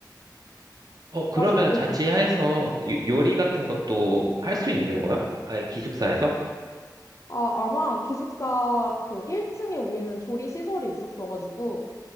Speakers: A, on the right; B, on the left.
A: 어, 그러면
B: 아주, 응.
A: 자취해서 요- 요리 같은 것도 할 수 있는 거야? 아예 기숙사에서?
B: 아, 아마 기숙사 그 1층에 우리는 조리 시설이 있었어가지고,